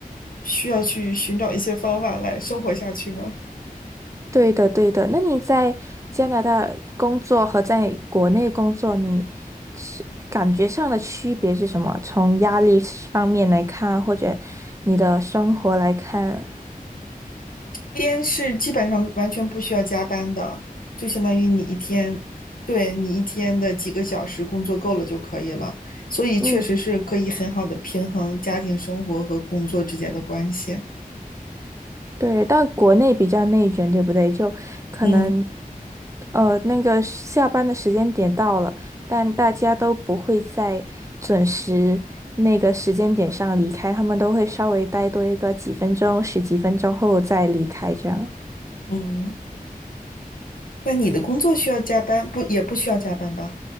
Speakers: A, on the left (about 70°); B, on the right (about 20°).
A: 需要去寻找一些方法来生活下去吗？
B: 对的，对的。那你在加拿大工作和在国内工作，你是感觉上的区别是什么？从压力方面来看，或者你的生活来看，
A: 边是基本上完全不需要加班的，就相当于你一天，对，你一天的几个小时工作够了就可以了，所以确实是可以很好的平衡家庭生活和工作之间的关系。
B: 嗯，对。但国内比较内卷，对不对？就可能，
A: 嗯
B: 呃，那个下班的时间点到了，但大家都不会在准时那个时间点上离开，他们都会稍微待多一个几分钟、十几分钟后再离开，这样。
A: 嗯，那你的工作需要加班，不，也不需要加班吧？